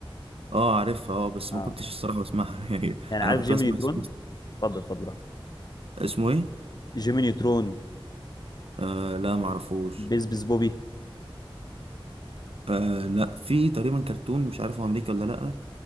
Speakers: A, on the right; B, on the left.
A: اه عارفها اه بس
B: اه
A: ما كنتش الصراحة بسمعها <laughs> يعني
B: يعني
A: انا
B: عارف
A: كنت
B: جيمي
A: بسمع
B: نيوترون
A: اسمه
B: اتفضل اتفضل براحتك.
A: اسمه ايه
B: جيمي نيوترون
A: آه لا ما اعرفوش
B: بيس بيس بوبي
A: آه لا في تقريبا كرتون مش عارف هو امريكي ولا لا